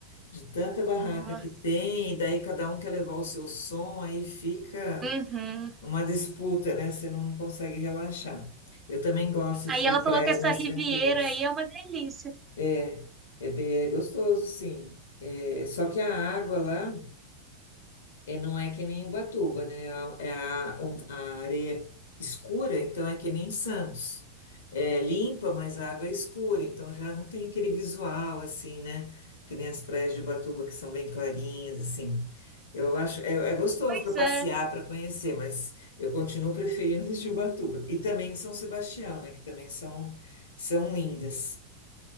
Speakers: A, on the left (about 65°); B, on the right (about 20°).
A: de tanta barraca
B: Nossa.
A: que tem, e daí cada um quer levar o seu som, aí fica
B: Uhum.
A: uma disputa, né? Você não consegue relaxar. Eu também gosto
B: Aí
A: de
B: ela
A: praias
B: falou que essa
A: mais
B: Riviera
A: tranquilas.
B: aí é uma delícia.
A: É é bem é gostoso, sim. É, só que a água lá É, não é que nem Ubatuba, né? É A- É a, um- a areia é escura, então é que nem Santos. É limpa, mas a água é escura, então já não tem aquele visual assim, né? Que nem as praias de Ubatuba, que são bem clarinhas, assim. Eu acho, é, é gostoso
B: Pois
A: para passear,
B: é,
A: para conhecer, mas eu continuo <laughs> preferindo as de Ubatuba. E também São Sebastião, né? Que também são, são lindas.